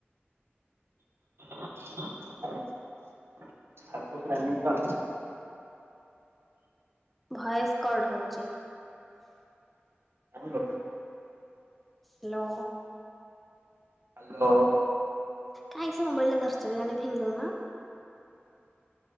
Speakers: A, on the right; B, in the centre.
A: ଆଗକୁ ପ୍ଲାନିଂ କଣ?
B: ଭଏସ କଡ ହୋଉଚି।
A: ମୋର
B: ହାଲୋ।
A: ହାଲୋ।
B: କାଇଁ ସେ ମୋବାଇଲ ଟା ଧରିଛ କେଜାଣି ଫିଙ୍ଗିଦଉନ।